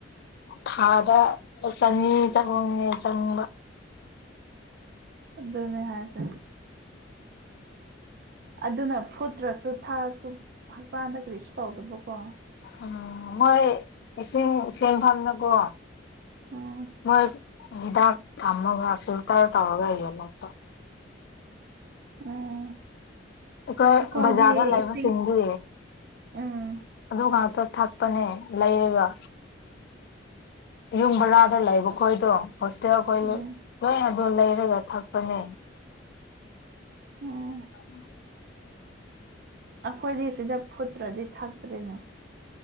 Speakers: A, on the left; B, on the right.
A: ꯊꯥꯗ ꯆꯅꯤ ꯆꯍꯨꯝ ꯃꯨꯀ ꯆꯪꯕ
B: ꯑꯗꯨꯅꯦ ꯍꯥꯏꯁꯦ ꯑꯗꯨꯅ ꯐꯨꯠꯇ꯭ꯔꯁꯨ ꯊꯥꯁꯨ ꯍꯛꯆꯥꯡꯗ ꯀꯔꯤꯁꯨ ꯇꯧꯗꯕꯀꯣ
A: ꯎꯝ ꯃꯣꯏ ꯏꯁꯤꯡ ꯁꯦꯟꯐꯝꯅꯀꯣ
B: ꯎꯝ
A: ꯃꯣꯏ ꯍꯤꯗꯥꯛ ꯊꯝꯃꯒ ꯐꯤꯜꯇꯔ ꯇꯧꯔꯒ ꯌꯣꯟꯂꯛꯇꯣ
B: <unintelligible>
A: ꯑꯩꯈꯣꯏ
B: ꯑꯩꯈꯣꯏꯗꯤ
A: ꯕꯖꯥꯔꯗ ꯂꯩꯕꯁꯤꯡꯗꯤ
B: ꯏꯁꯤꯡ ꯎꯝ
A: ꯑꯗꯨ ꯉꯥꯛꯇ ꯊꯛꯄꯅꯦ ꯂꯩꯔꯒ ꯌꯨꯝ ꯕꯔꯥꯗ ꯂꯩꯕ ꯈꯣꯏꯗꯣ ꯍꯣꯁꯇꯦꯜ ꯈꯣꯏ
B: ꯎꯝ
A: ꯂꯣꯏ ꯑꯗꯨ ꯂꯩꯔꯒ ꯊꯛꯄꯅꯦ
B: ꯎꯝ
A: ꯎꯝ
B: ꯑꯩꯈꯣꯏꯗꯤ ꯁꯤꯗ ꯐꯨꯠꯇ꯭ꯔꯗꯤ ꯊꯛꯇ꯭ꯔꯔꯤꯅꯦ